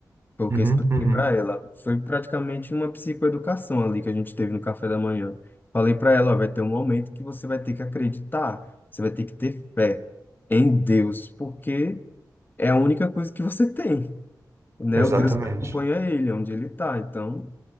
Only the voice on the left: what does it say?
Foi o
que eu expliquei
para ela. Foi praticamente uma psicoeducação ali que a gente teve no café da manhã. Falei para ela, ó, vai ter um momento que você vai ter que acreditar, você vai ter que ter fé em Deus, porque é a única coisa que você tem, né?
O Deus que acompanha ele, onde ele tá. Então,